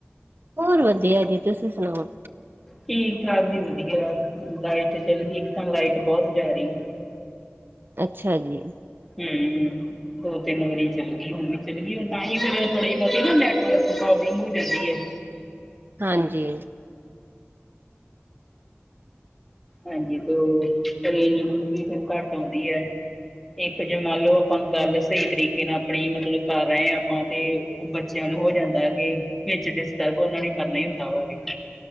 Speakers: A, on the right (about 55°); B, in the centre.
A: ਹੋਰ ਵਧੀਆ ਜੀ, ਤੁਸੀਂ ਸੁਣਾਓ?
B: ਠੀਕ, ਠਾਕ ਜੀ ਵਧੀਆ, ਲਾਈਟ ਚੱਲ ਗਈ ਇੱਕ ਤਾਂ ਲਾਈਟ ਬਹੁਤ ਜਾ ਰਹੀ ਸਾਡੇ।
A: ਅੱਛਾ ਜੀ।
B: ਹਮ। ਦੋ ਤਿੰਨ ਵਾਰੀ ਚੱਲ ਗਈ, ਹੁਣ ਵੀ ਚੱਲ ਗਈ ਤਾਂ ਹੀ ਫੇਰ ਥੋੜੀ, ਬੋਤੀ ਨਾ ਨੈਟਵਰਕ ਪ੍ਰੋਬਲਮ ਹੋ ਜਾਂਦੀ ਹੈ।
A: ਹਾਂਜੀ।
B: ਹਾਂਜੀ ਤੇ ਉਹ ਰੇਜ, ਰੁਜ ਵੀ ਫੇਰ ਘੱਟ ਆਉਂਦੀ ਹੈ ਇੱਕ ਜੇ ਮੰਨ ਲਓ ਆਪਾਂ ਗੱਲ ਸਹੀ ਤਰੀਕੇ ਨਾਲ ਆਪਣੀ ਮਤਲਬ ਕਰ ਰਹੇ ਹਾ, ਆਪਾਂ ਤੇ ਉਹ ਬੱਚਿਆਂ ਨੂੰ ਹੋ ਜਾਂਦਾ ਹੈ ਕਿ, ਵਿੱਚ ਡਿਸਟਰਬ ਉਹਨਾਂ ਨੂੰ ਕਰਨਾ ਹੀ ਹੁੰਦਾ ਵਾ ਵਿੱਚ